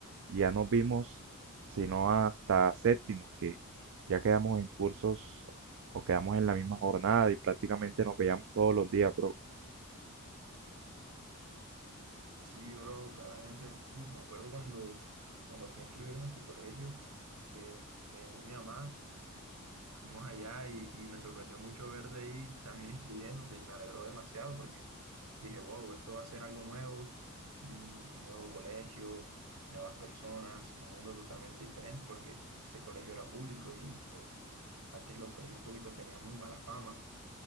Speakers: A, on the right; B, on the right.
A: Y ya nos vimos, sino hasta séptimo, que ya quedamos en cursos o quedamos en la misma jornada y prácticamente nos veíamos todos los días, bro.
B: Sí, bro, claramente, uf, me acuerdo cuando, cuando fui a inscribirme a ese colegio que me llevó mi mamá, fuimos allá y, y me sorprendió mucho verte ahí también inscribiéndote y me alegró demasiado porque Dije, wow, esto va a ser algo nuevo, un, un nuevo colegio, nuevas personas, un mundo totalmente diferente porque ese colegio era público y pues antes los colegios públicos tenían muy mala fama.